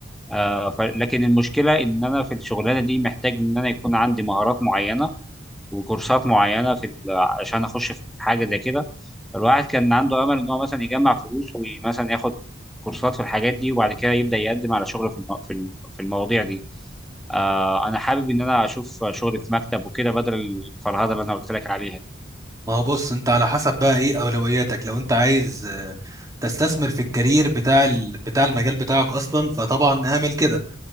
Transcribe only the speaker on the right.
ما هو بص انت على حسب بقى ايه اولوياتك لو انت عايز آه، تستثمر في الكارير بتاع ال بتاع المجال بتاعك اصلا فطبعا اعمل كده